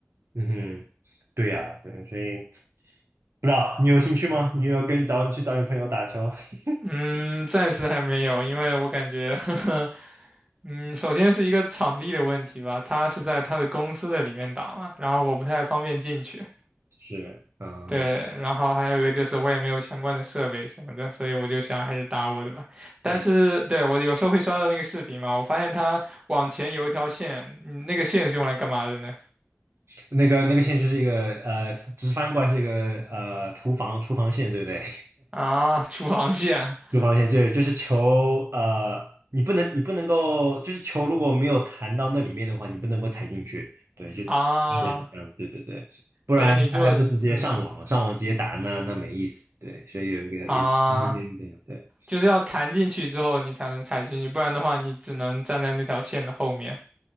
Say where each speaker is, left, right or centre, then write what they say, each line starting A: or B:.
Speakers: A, on the right; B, on the right.
A: 嗯哼，对呀、对，所以不知道你有兴趣吗？你有跟找你去找你朋友打球？<laughs>
B: 嗯，暂时还没有，因为我感觉，<laughs> 嗯，首先是一个场地的问题吧，他是在他的公司的里面打嘛，然后我不太方便进去。
A: 是，嗯，
B: 对，
A: 了
B: 然后还有一个就是我也没有相关的设备什么的，所以我就想还是打我的吧。但是对我有时候会刷到那个视频嘛，
A: 嗯，
B: 我发现它往前有一条线，嗯那个线是用来干嘛的呢？
A: 那个那个线就是一个呃直翻过来是一个呃厨房厨房线，对不对？
B: 啊，厨房线
A: 就防线对，就是球，呃，你不能你不能够，就是球如果没有弹到那里面的话，你不能够踩进去，对，就对，
B: 啊，
A: 是这样，对对对，不然大家都直接上网了，
B: 所以你就嗯
A: 上网直接打那那没意思，对，所以有一个有空间这样对。
B: 啊，就是要弹进去之后你才能踩进去，不然的话你只能站在那条线的后面